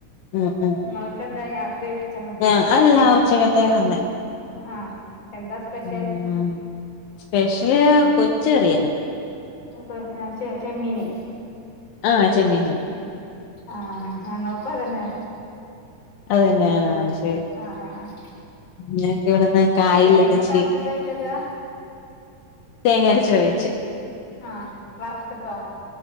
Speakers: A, on the left; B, on the left.
A: ഉംഉം
B: നിങ്ങൾക്കെന്താ രാത്രി വെച്ചാ
A: ആ അല്ല ഉച്ചക തേന് ന്നെ
B: ആഹ് എന്താ സ്പെഷ്യൽ
A: ഉം സ്പെഷ്യൽ കൊച്ചറിയായിരുന്നു.
B: അപ്പൊ ചെ ചെമ്മീന്
A: ആഹ് ചെമ്മീൻ ചമ്മ
B: ആഹ് ഞങ്ങൾക്കു അതന്നെ
A: അതന്നെ <unintelligible> ശരി
B: ആഹ് ആഹ് ആഹ്
A: ഞനക്ക് ഇവിടെന്ന് കായല
B: തേങ്ങക്കെ
A: ഒന്ന്ച്ചിരി
B: അരച്ചിട്ടാ വെച്ചേക്കാ
A: തേങ്ങരച്ച് കറി വെച്ച്
B: ആഹ് വർത്ത്ട്ടോ?